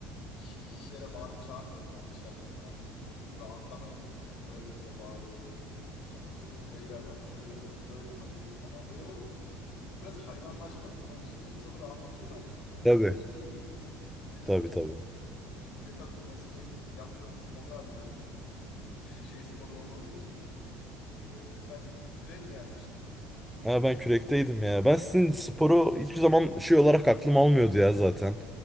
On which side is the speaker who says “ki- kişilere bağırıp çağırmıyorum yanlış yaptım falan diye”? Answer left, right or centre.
Left